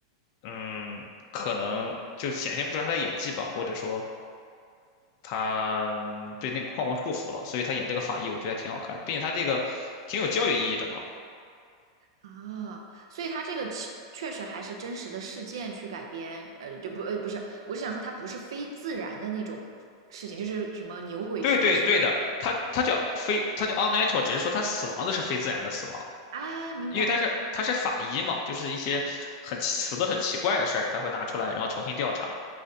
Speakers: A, on the left; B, on the right.
A: 嗯，可能就显现不出来他的演技吧，或者说他被那个框框束缚了，所以他演这个法医，我觉得还挺好看的，并且他这个挺有教育意义的嘛。
B: 啊，所以它这个其确实还是真实的事件去改编，呃，就不，呃，不是，我是想说它不是非自然的那种事情，就是什么牛鬼蛇神
A: 对对对的，他他叫非，他叫 a l natural，只是说他死亡的是非自然的死亡，
B: 啊，明白，
A: 因为他是他是法医嘛，就是一些很奇死的很奇怪的事儿，他会拿出来，然后重新调查。